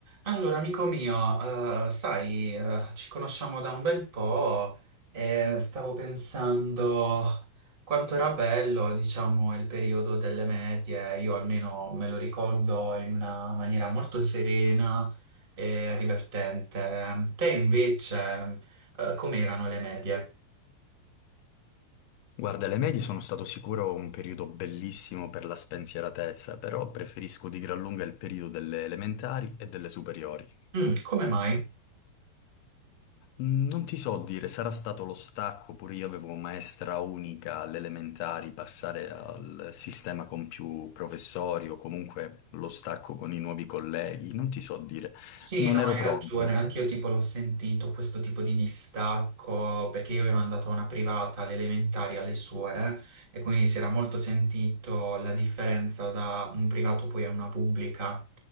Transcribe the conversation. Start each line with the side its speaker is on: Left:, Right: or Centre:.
Right: Allora, amico mio, eh, sai, eh, ci conosciamo da un bel po' e stavo pensando quanto era bello, diciamo, il periodo delle medie. Io almeno me lo ricordo in una maniera molto serena e divertente. Te invece, eh, come erano le medie?
Left: Guarda, le medie sono stato sicuro un periodo bellissimo per la spensieratezza, però preferisco di gran lunga il periodo delle elementari e delle superiori.
Right: Mm, come mai?
Left: Mm, Non ti so dire, sarà stato lo stacco, pure io avevo maestra unica alle elementari, passare al sistema con più professori o comunque lo stacco con i nuovi colleghi, non ti so dire.
Right: Sì,
Left: Non
Right: no,
Left: ero
Right: hai
Left: pronto.
Right: ragione, anche io tipo l'ho sentito questo tipo di distacco perché io ero andato a una privata alle elementari alle suore e quindi si era molto sentito la differenza da un privato poi a una pubblica